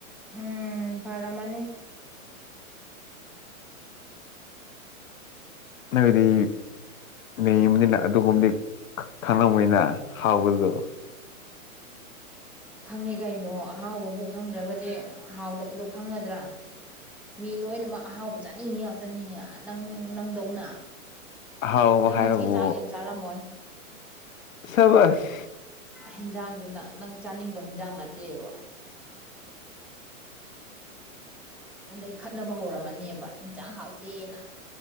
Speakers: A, in the centre; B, on the left (about 65°).
A: ꯎꯝ ꯐꯔꯃꯅꯤ
B: ꯅꯗꯤ ꯅꯕꯅꯤꯅ ꯑꯗꯨꯒꯨꯝꯕꯗꯤ ꯈꯪꯉꯝꯅꯤꯅ ꯍꯥꯎꯕꯗꯣ
A: ꯈꯪꯉꯤ ꯀꯩꯅꯣ ꯑꯍꯥꯎꯕꯕꯨ ꯈꯪꯗ꯭ꯔꯒꯗꯤ ꯍꯥꯎꯗꯕꯗꯣ ꯈꯪꯒꯗ꯭ꯔꯥ ꯃꯤ ꯂꯣꯏꯅꯃꯛ ꯑꯍꯥꯎꯕ ꯆꯥꯅꯤꯡꯉꯤ ꯉꯥꯛꯇꯅꯤꯅꯦ ꯅꯪ ꯅꯪꯗꯧꯅ
B: ꯑꯍꯥꯎꯕ
A: ꯅꯪ
B: ꯍꯥꯏꯕꯕꯨ
A: ꯉꯁꯤ ꯆꯥꯛ ꯌꯥꯝ ꯆꯥꯔꯝꯃꯣꯏ
B: ꯁꯕꯁ
A: ꯍꯤꯟꯖꯥꯡꯗꯨꯅ ꯅꯪ ꯆꯥꯅꯤꯡꯕ ꯍꯤꯟꯖꯥꯡ ꯅꯠꯇꯦꯕ ꯑꯗꯩ ꯈꯠꯅꯕ ꯍꯧꯔꯝꯃꯅꯦꯕ ꯏꯟꯁꯥꯡ ꯍꯥꯎꯇꯦꯅ